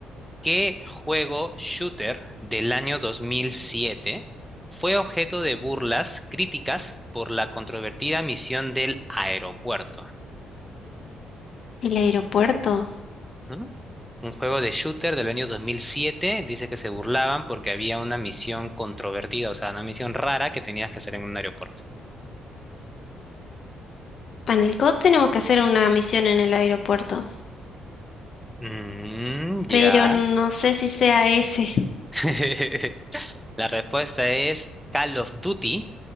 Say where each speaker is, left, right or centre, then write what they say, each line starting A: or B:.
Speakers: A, in the centre; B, on the left.
A: ¿Qué juego shooter del año 2007 fue objeto de burlas críticas por la controvertida misión del aeropuerto?
B: <laughs> ¿El aeropuerto?
A: ¿Mm? Un juego de shooter del año 2007 dice que se burlaban porque había una misión controvertida, o sea, una misión rara que tenías que hacer en un aeropuerto.
B: Ah, En el COD tenemos que hacer una misión en el aeropuerto.
A: Mm,
B: Pero
A: ya.
B: no sé si sea ese. <laughs>
A: <laughs> La respuesta es Call of Duty,